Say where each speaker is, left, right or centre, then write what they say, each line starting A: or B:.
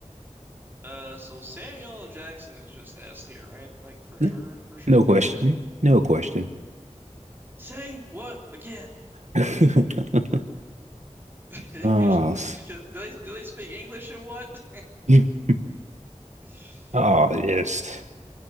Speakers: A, on the right (about 20°); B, on the right (about 75°).
A: Uh, so Samuel L. Jackson is just S tier, right? Like for sure,
B: N-
A: for sure,
B: No
A: for
B: question.
A: sure.
B: No question.
A: Say what again?
B: <laughs>
A: <laughs> Do
B: Oh, s-
A: they do they speak English and what?
B: <laughs>
A: <laughs>
B: oh, yes.